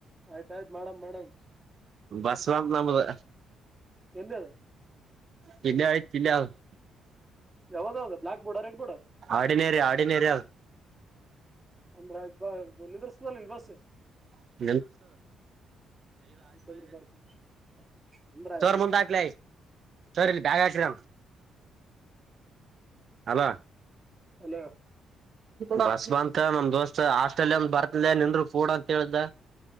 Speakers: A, on the right; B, on the right.
A: ಆಯ್ತಾಯ್ತ್ ಮಾಡಮ್ ಮಾಡಮ
B: ಬಸ್ವ <unintelligible>
A: ಎಲ್ಲಿ ಅದ?
B: ತಿಂಡಿ ಆಯ್ತ್ <unintelligible>
A: ಯಾವುದದ್ ಬ್ಲಾಕ್ ಬೋರ್ಡ ರೆಡ್ ಬೋ
B: ಆಡಿನೇರಿ ಆಡಿನೇರಿ ಅದು
A: ಅಂದ್ರೆ <unintelligible>
B: <unintelligible> <unintelligible>
A: ಆಯ್ತಂದ್ರ ಬರ್ತೀನಿ ಅಂದ್ರ ಆಯ್ತ ಬರ್ತೀನಿ
B: ಮುಂದ್ ಹಕ್ಲೆ ಸರ್ ಇಲ್ಲಿ ಬ್ಯಾಗ್ ಹಾಕ್ಸಿದನ. ಹಲೋ
A: ಹಲೋ
B: ಬಸ್ಮಾಂತ ನಮ್ ದೋಸ್ತ್ ಹಾಸ್ಟೆಲ್ ಒಂದ ಬರ್ತ ನಿಂದರು ಕೂಡ ಅಂತ ಹೇಳ್ದ.